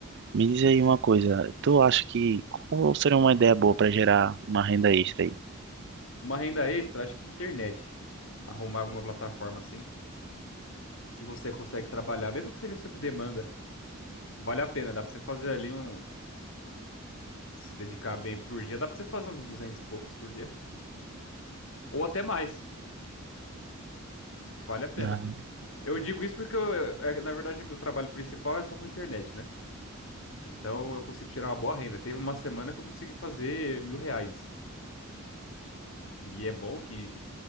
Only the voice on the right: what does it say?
Me diz aí uma coisa, tu acha que qual seria uma ideia boa para gerar uma renda extra aí?
Na-